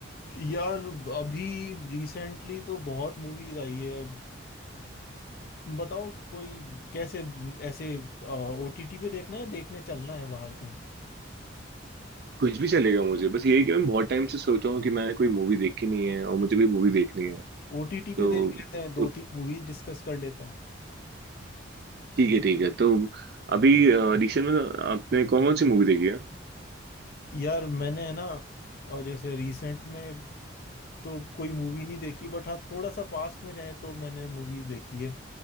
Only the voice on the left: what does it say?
यार अभी रिसेंटली तो बहुत मूवीज आई है बताओ कोई कैसे ऐसे ओटीटी पे देखना है देखने चलना है बाहर कहीं
ओटीटी पे
देख लेते हैं दो
तीन मूवीज डिस्कस कर लेते हैं
यार मैंने है ना और जैसे रिसेंट में तो कोई मूवी नहीं देखी बट हाँ थोड़ा सा पास्ट में जाए तो मैंने मूवीज देखी है